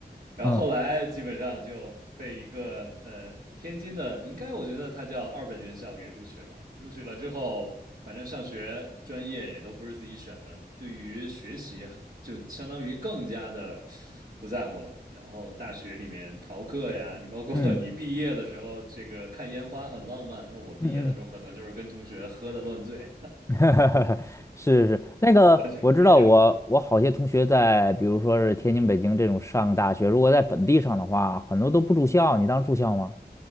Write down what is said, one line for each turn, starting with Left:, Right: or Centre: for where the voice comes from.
Right: 然后后来基本上就被一个呃天津的，
Left: <laughs> 嗯
Right: 应该我觉得他叫二本院校给录取了。录取了之后，反正上学专业也都不是自己选的，对于学习就相当于更加的不在乎了。然后大学里面逃课呀，你包括
Left: 嗯。
Right: <laughs> 你毕业的时候，这个看烟花很浪漫，那我毕业的时候可能就是跟同学喝的乱醉。
Left: 嗯嗯，<laughs> 是是，那个我知道我，
Right: 完全不一样。
Left: 我好些同学在，比如说是天津、北京这种上大学，如果在本地上的话，很多都不住校。你当住校吗？